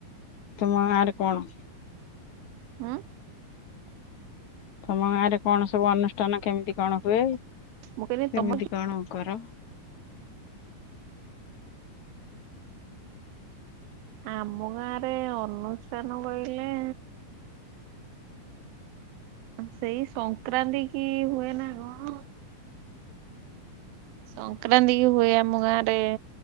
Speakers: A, on the left; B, on the right.
A: ତମ ଗାଁରେ କଣ?
B: ହୁଁ।
A: ତମ ଗାଁ ରେ କଣ ସବୁ ଅନୁଷ୍ଠାନ କେମିତି କଣ ହୁଏ।
B: ମୁଁ କହିଲି
A: କେମିତି
B: ତମର
A: କଣ କର?
B: ଆମ ଗାଁରେ ଅନୁଷ୍ଠାନ କହିଲେ ସେଇ ସଂକ୍ରାନ୍ତି କି ହୁଏ ନା କଣ। ସଂକ୍ରାନ୍ତିକୁ ହୁଏ ଆମ ଗାଁରେ।